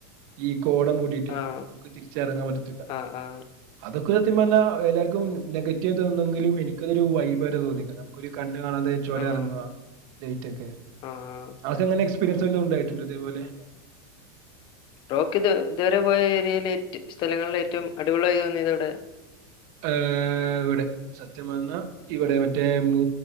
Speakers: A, on the right; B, on the left.
A: ഈ കോട മൂടി മൂടിയിട്ടെ
B: ആഹ്
A: നമുക്ക് തിരിച്ചെറങ്ങാൻ പറ്റത്തില്ല
B: ആഹ് ആഹ്
A: അതൊക്കെ സത്യം പറഞ്ഞാ അത് എല്ലാർക്കും നെഗറ്റീവായി തോന്നുന്നുവെങ്കിലും എനിക്ക് അതൊരു വൈബായിട്ടാ തോന്നിയേക്ക്ണേ നമുക്കൊരു കണ്ണ് കാണാതെ ചൊരം
B: ആഹ്
A: എറങ്ങുവാ ലേറ്റക്കെ
B: ആഹ്
A: അനക്ക്‌ അങ്ങനെ എക്സ്പീരിയൻസ് വല്ലതും ഉണ്ടായിട്ടുണ്ടോ ഇതേപോലെ?
B: ആഹ് ബ്രോക്കി ഇത് ഇതുവരെ പോയ ഏരിയെല് ഏറ്റ് സ്ഥലങ്ങളിലിൽ ഏറ്റവും അടിപൊളിയായി തോന്നിയത് എവിടെ?
A: ഏഹ് ഇവിടെ സത്യം പറഞ്ഞാൽ ഇവിടെ മറ്റേ മൂ